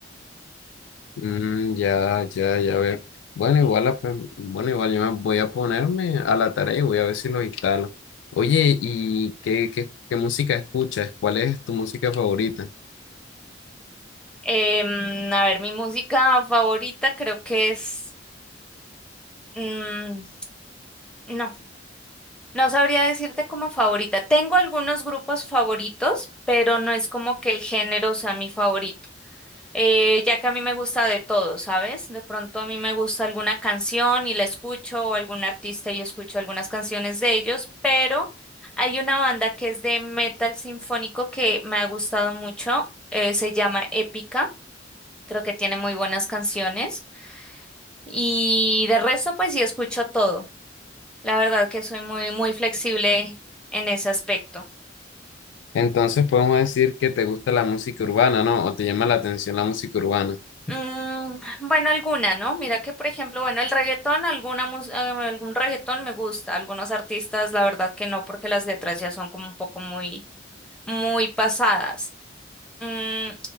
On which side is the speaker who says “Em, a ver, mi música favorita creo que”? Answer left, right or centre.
Centre